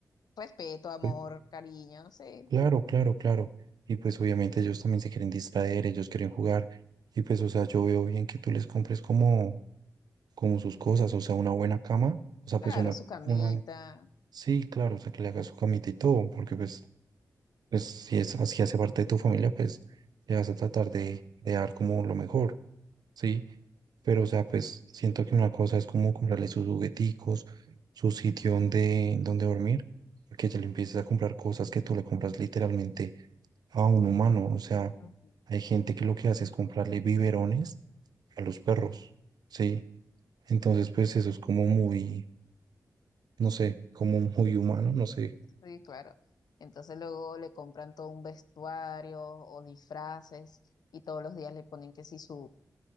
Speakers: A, on the left (about 80°); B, on the right (about 80°).
A: Respeto, amor,
B: pues,
A: cariño, sí.
B: claro, claro, claro. Y pues obviamente ellos también se quieren distraer, ellos quieren jugar. Y pues, o sea, yo veo bien que tú les compres como, como sus cosas, o sea, una buena cama, o sea, pues
A: Claro,
B: una,
A: su camita.
B: una, sí, claro, o sea, que le hagas su camita y todo, porque pues, pues si es así hace parte de tu familia, pues le vas a tratar de, de dar como lo mejor. ¿sí? Pero, o sea, pues siento que una cosa es como comprarle sus jugueticos, su sitio donde, donde dormir, porque ya le empiezas a comprar cosas que tú le compras literalmente a un humano. O sea,
A: Ujú.
B: hay gente que lo que hace es comprarle biberones a los perros, ¿sí? Entonces, pues eso es como muy, no sé, como muy humano, no sé.
A: Sí, claro. Entonces luego le compran todo un vestuario o disfraces y todos los días le ponen que si su